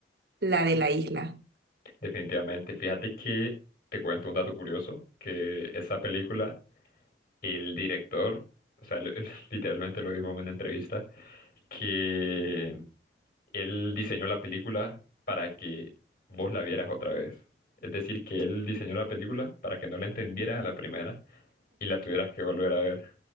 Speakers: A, on the right; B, on the left.
A: la de la isla.
B: Definitivamente. Fíjate que te cuento un dato curioso, que esa película, el director, o sea, lo- <laughs> literalmente lo dijo en una entrevista, que él diseñó la película para que vos la vieras otra vez. Es decir, que él diseñó la película para que no la entendieras a la primera y la tuvieras que volver a ver.